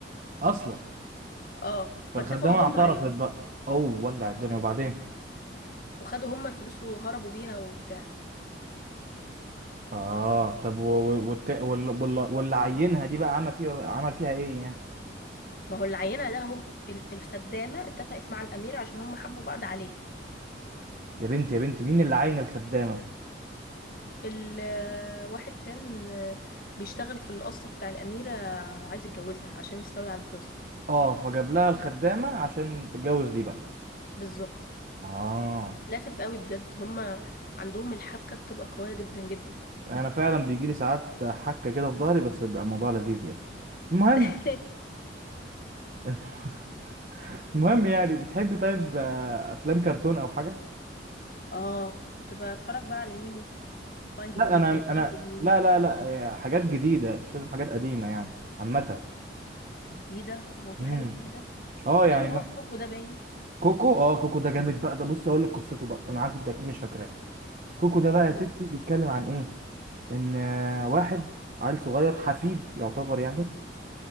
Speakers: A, on the right; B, on the left.
A: اصلا
B: اه فاتفقوا
A: فالخدامه اعترفت
B: هم عليه
A: بقى اوه ولع الدنيا وبعدين
B: وخدوا هم الفلوس وهربوا بيها وبتاع
A: اه طب و- و- والت- وال- وال- واللي عينها دي بقى عمل فيها عمل فيها ايه يعني
B: ما هو العينة ده هم ال- الخدامة اتفقت مع الأميرة عشان هم حبوا بعض عليه
A: يا بنتي يا بنتي مين اللي عين الخدامه
B: الواحد كان آه، بيشتغل في القصر بتاع الأميرة عايز يتجوزها عشان يستولي على فلوسها
A: اه فجاب لها الخدامه عشان تتجوز دي بقى
B: بالظبط
A: اه
B: لافف قوي بجد هم عندهم الحبكة بتبقى قوية جدا جدا
A: انا فعلا بيجي لي ساعات حكه كده في ظهري بس بيبقى الموضوع لذيذ يعني المهم
B: <laughs>
A: <laughs> المهم يعني بتحبي طيب آه، افلام كرتون او حاجه
B: اه كنت بتفرج بقى على نيمو فايندينج
A: لا انا انا
B: فايندينج
A: لا لا لا آه، حاجات جديده مش لازم حاجات قديمه يعني عامه
B: جديدة هو في
A: امم
B: حاجة جديدة
A: اه
B: في
A: يعني
B: اللي هو
A: ما...
B: كوكو ده باين
A: كوكو اه كوكو ده جامد بقى ده بص اقول لك قصته بقى انا عارف انت اكيد مش فاكراه كوكو ده بقى يا
B: مم.
A: ستي بيتكلم عن ايه ان آه، واحد عيل صغير حفيد يعتبر يعني